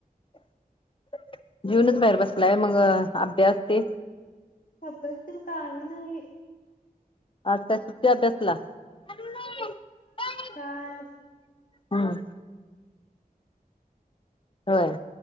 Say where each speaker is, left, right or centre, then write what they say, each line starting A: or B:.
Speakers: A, on the left; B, on the left.
A: जेवूनच बाहेर बसलाय मग अभ्यास ते?
B: अभ्यास तेन काही नाही.
A: आज काय सुट्टी अभ्यासला? <unintelligible>
B: काल
A: हम्म. व्हय?